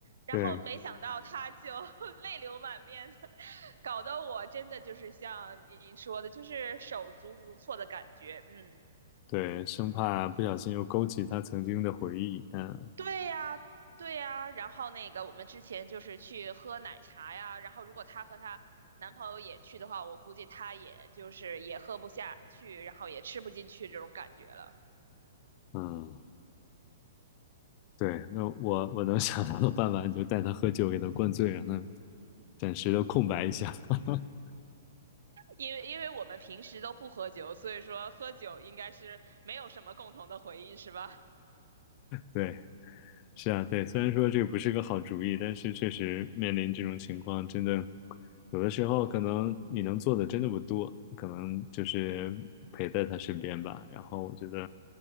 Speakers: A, on the right (about 85°); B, on the left (about 30°).
A: 然后没想到她就
B: 对
A: <laughs> 泪流满面的，搞得我真的就是像您说的，就是手足无措的感觉。嗯，
B: 对，生怕不小心又勾起她曾经的回忆。嗯
A: 对呀，对呀，然后那个我们之前就是去喝奶茶呀，然后如果她和她男朋友也去的话，我估计她也就是也喝不下去，然后也吃不进去这种感觉了。
B: 嗯，对，那我我能想到的办法，你就带她喝酒，给她灌醉，让她暂时的空白一下。<laughs>
A: 因为因为我们平时都不喝酒，所以说喝酒应该是没有什么共同的回忆，是吧？
B: 对。是啊，对，虽然说这个不是个好主意，但是确实面临这种情况，真的有的时候可能你能做的真的不多，可能就是陪在他身边吧。然后我觉得，